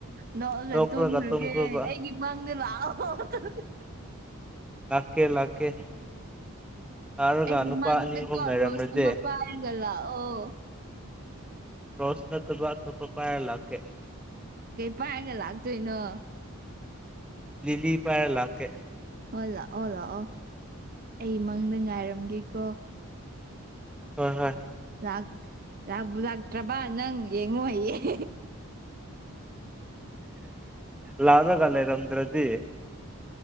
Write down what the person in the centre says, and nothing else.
ꯅꯣꯛꯂꯒ
ꯇꯨꯝꯈ꯭ꯔꯣꯕ
ꯂꯥꯛꯀꯦ ꯂꯥꯛꯀꯦ ꯂꯥꯛꯔꯒ
ꯅꯨꯄꯥ
ꯑꯅꯤ ꯑꯍꯨꯝ ꯂꯩꯔꯝꯂꯗꯤ
ꯔꯣꯁ ꯅꯠꯇꯕꯥ ꯑꯇꯣꯞꯄ ꯄꯥꯏꯔ ꯂꯥꯛꯀꯦ
ꯂꯤꯂꯤ ꯄꯥꯏꯔ ꯂꯥꯛꯀꯦ
ꯍꯣꯏ ꯍꯣꯏ
ꯂꯥꯛꯔꯒ ꯂꯩꯔꯝꯗ꯭ꯔꯥꯗꯤ